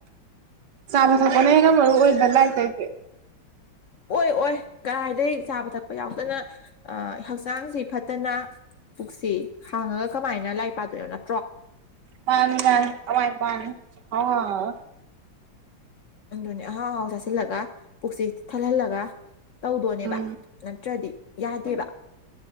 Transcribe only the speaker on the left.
ꯑꯣꯏ ꯑꯣꯏ ꯀꯗꯥꯥꯏꯗꯒꯤ ꯆꯥꯕ ꯊꯛꯄ ꯌꯥꯎꯗꯅ ꯍꯛꯆꯥꯡꯁꯤ ꯐꯠꯇꯅ ꯄꯨꯛꯁꯤ ꯍꯥꯡꯉꯒ ꯀꯃꯥꯏꯅ ꯂꯥꯏ ꯄꯥꯗꯣꯏꯅꯣ ꯅ
ꯑꯗꯨꯅꯤ ꯑꯍꯥꯎ ꯑꯍꯥꯎ ꯆꯥꯁꯤꯜꯂꯒ ꯄꯨꯛꯁꯤ ꯊꯜꯍꯜꯂꯒ ꯇꯧꯗꯣꯅꯦꯕ
ꯅꯠꯇ꯭ꯔꯗꯤ ꯌꯥꯗꯦꯕ